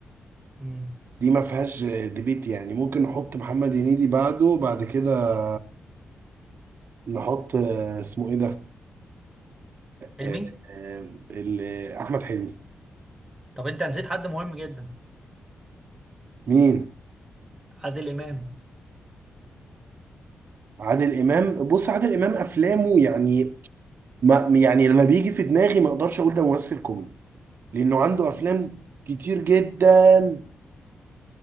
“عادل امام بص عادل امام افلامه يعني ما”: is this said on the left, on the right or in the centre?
Right